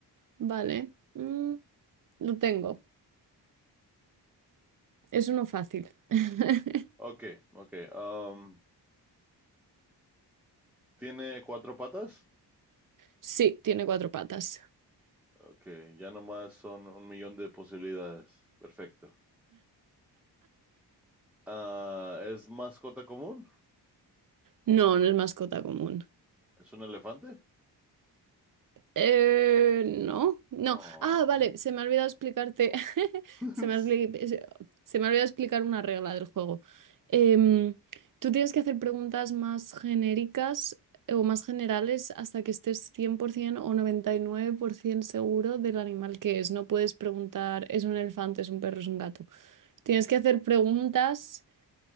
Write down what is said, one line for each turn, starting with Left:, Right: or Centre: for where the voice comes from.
Right: vale. Mm, lo tengo. Es uno fácil. <laughs>
Centre: Ok, ok. um, ¿tiene cuatro patas?
Right: Sí, tiene cuatro patas.
Centre: Ok, ya nomás son un millón de posibilidades. Perfecto. Ah, ¿es mascota común?
Right: No, no es mascota común.
Centre: ¿Es un elefante?
Right: Eh, no, no.
Centre: Oh.
Right: Ah, vale, se me ha olvidado explicarte. <laughs>
Centre: <laughs>
Right: Se me ha, obli- se se me ha olvidado explicar una regla del juego. Em, tú tienes que hacer preguntas más genéricas eh, o más generales hasta que estés 100% o 99% seguro del animal que es. No puedes preguntar, ¿es un elefante, es un perro, es un gato? Tienes que hacer preguntas.